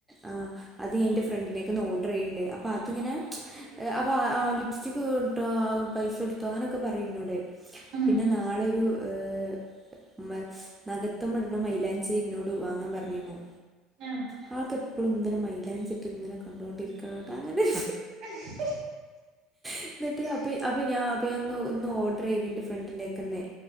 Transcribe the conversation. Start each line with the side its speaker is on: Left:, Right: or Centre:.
Centre: ആഹ് അത് എൻ്റെ ഫ്രണ്ടിനേക്കെ ഒന്ന് ഓർഡർ ചെയ്യണ്ടേ അപ്പോ അതിങ്ങനെ എഹ് <unintelligible> പ്സ്റ്റിക്ക് തീർന്നുട്ടോ പൈസ എടുത്തോ അങ്ങനൊക്കെ പറയും ന്നോട്.
Right: ഉം
Centre: പിന്നെ നാളെയൊരു ഏഹ് മ്മ് നഖത്ത്മ്മെട്ണെ മൈലാഞ്ചി ഇന്നോട് വാങ്ങാൻ പറഞ്ഞിന്നു.
Right: ഉം
Centre: അഹൊക്കെ ഇപ്പളുങ്ങനെ മൈലാഞ്ചിട്ട് ഇങ്ങനെ കണ്ടോണ്ടിരിക്കാണ് ട്ടോ അങ്ങനെ-
Right: <inaudible>
Centre: ഇന്ന്ട്ട് അപ്പ അപ്പ ഞാ അപ്പയിന്ന് ഇന്ന് ഓഡ്രയ്ത് ഇൻ്റെ ഫ്രണ്ടിന്റേക്കെന്ന്